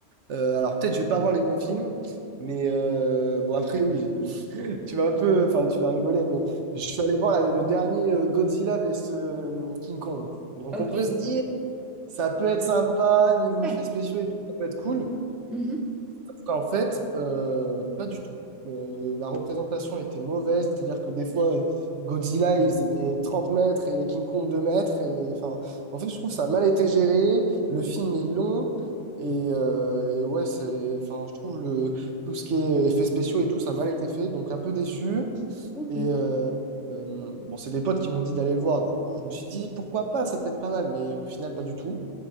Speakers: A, on the right (about 70°); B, in the centre.
A: Euh, alors, peut-être, je vais pas voir les bons films, mais euh, bon, après, oui. Tu vas un peu, enfin, tu vas rigoler, mais je suis allé voir la- le dernier euh, Godzilla vs euh, King Kong. Donc,
B: Ok.
A: on peut se dire, ça peut être sympa, niveau
B: Ouais.
A: effets spéciaux et tout, ça peut être cool.
B: Mhm.
A: Sauf qu'en fait, euh, pas du tout. Euh, la représentation était mauvaise, c'est-à-dire que des fois, euh, Godzilla, il faisait 30 mètres et King Kong 2 mètres. Et, enfin, en fait, je trouve que ça a mal été géré. Le film est long. Et, euh, et ouais, c'est, enfin, je trouve le, tout ce qui est effets spéciaux et tout, ça a mal été fait. Donc, un peu déçu.
B: Ok.
A: Et euh, euh, bon, c'est des potes qui m'ont dit d'aller le voir. Du coup, je me suis dit, pourquoi pas, ça peut être pas mal, mais au final, pas du tout.